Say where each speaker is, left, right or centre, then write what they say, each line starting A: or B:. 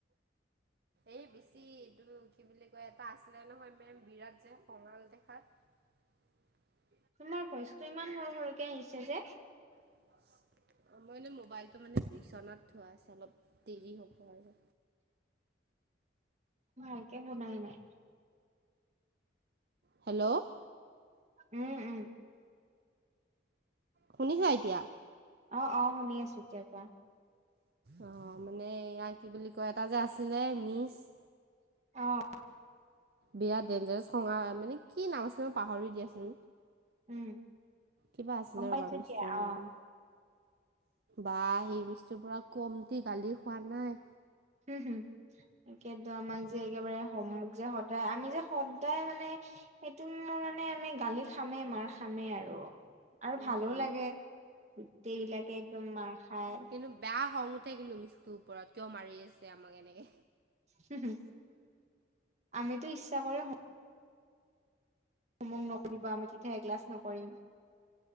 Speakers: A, on the right (about 55°); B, on the right (about 40°).
A: এই বেছি এইটো কি বুলিলে? ক এটা আছিলে নহয় মে'ম বিৰাট যে কঙাল দেখাত।
B: তোমাৰ ভইচ্ 'টো ইমান সৰু সৰুকে আহিছে যে?
A: <unintelligible> অ মই এনে মোবাইলটো মানে বিচনাত থোৱা আছে অলপ দেৰি হ'ব আৰু।
B: ভাল'কে শুনাই নাই।
A: হেল্ল' -
B: উম, উম-
A: শুনিছা এতিয়া?
B: অ, অ শুনি আছো এতিয়াৰ পৰা-
A: অ মানে ইয়াৰ কি বুলি কয় এটা যে আছিলে মি'ছ-
B: অঁ।
A: বিৰাট দেঞ্জাৰ্চ খঙা মানে কি নাম আছে মই পাহৰি দিয়াচোন।
B: উম
A: কিবা আছিলে
B: গম
A: ৰবা
B: পাইছো
A: মি'ছৰ
B: দিয়া
A: নাম!
B: অ
A: বাঃ সি মি'ছটো পৰা কমন্তি গালি খোৱা নাই।
B: হুম হুম তাকেতো আমাক যে একেবাৰে যে সদায় আমি যে সদায় মানে। সেই'টো মোৰ মানে আমি গালি খামে মাৰ খামে আৰু- আৰু
A: উম
B: ভালো লাগে! গোটেই বিলাকে একদম মাৰ খায়।
A: কিন্তু বেয়া খং উঠে কিন্তু মিচটোৰ ওপৰত কিয় মাৰি আছে আমাক এনেকে?
B: হু হু আমি'টো ইচ্ছা কৰে- তমোক নকৰিবা আমি তেতিয়াহে ক্লাছ নকৰিম।